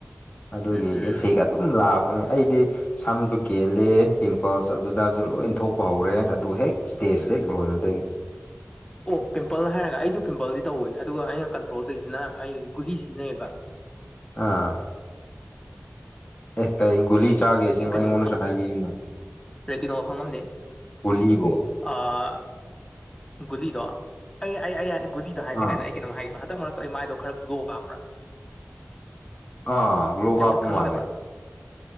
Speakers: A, on the left (about 35°); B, on the left (about 15°).
A: ꯑꯗꯨꯒꯤ
B: ꯎꯝ ꯎꯝ
A: ꯏꯐꯦꯛ ꯑꯗꯨꯝ ꯂꯥꯛꯄꯅꯦ ꯑꯩꯗꯤ ꯁꯝꯗꯨ ꯀꯦꯜꯂꯦ ꯄꯤꯝꯄꯜꯁ ꯑꯗꯨꯗꯁꯨ ꯂꯣꯏ ꯊꯣꯛꯄ ꯍꯧꯔꯦ ꯑꯗꯨ ꯍꯦꯛ ꯏꯁꯇꯦꯖ
B: ꯎꯝ
A: ꯍꯦꯛ ꯂꯣꯢꯕꯗꯒꯤ
B: ꯑꯣ ꯄꯤꯝꯄꯜ ꯍꯥꯏꯔꯒ ꯑꯩꯁꯨ ꯄꯤꯝꯄꯜꯗꯤ ꯇꯧꯋꯦ ꯑꯗꯨꯒ ꯑꯩꯅ ꯀꯟꯇ꯭ꯔꯣꯜ ꯇꯧꯔꯤꯁꯤꯅ ꯑꯩ ꯒꯨꯂꯤ ꯁꯤꯖꯤꯟꯅꯩꯕ
A: ꯑꯥ ꯑꯦ ꯀꯔꯤ ꯒꯨꯂꯤ ꯆꯥꯒꯦ
B: ꯅꯪ
A: ꯁꯤꯃ
B: ꯀꯩꯅꯣꯗꯣ
A: ꯑꯩꯉꯣꯟꯗꯁꯨ
B: ꯈꯪ
A: ꯍꯥꯏꯕꯤꯌꯨꯅ
B: ꯔꯦꯇꯤꯅꯣ ꯈꯪꯉꯝꯅꯤ
A: ꯒꯨꯂꯤꯕꯨ
B: ꯑꯥ ꯒꯨꯂꯤꯗꯣ ꯑꯩ ꯑꯩ ꯑꯩ ꯑꯩ ꯒꯨꯂꯤꯗꯣ ꯍꯥꯏꯗ꯭ꯔꯤ
A: ꯑꯥ
B: ꯉꯩꯗ ꯑꯩ ꯀꯩꯅꯣꯝ ꯍꯥꯏꯒꯦꯕ ꯍꯟꯗꯛ ꯃꯔꯛꯇꯣ ꯑꯩ ꯃꯥꯏꯗꯣ ꯈꯔ ꯒ꯭ꯂꯣ ꯀꯥꯕ꯭ꯔꯥ
A: ꯑꯥ ꯒ꯭ꯂꯣ
B: ꯀꯩꯝꯇ
A: ꯀꯥꯞꯄ
B: ꯈꯪꯗꯕ꯭ꯔꯥ
A: ꯃꯥꯂꯦ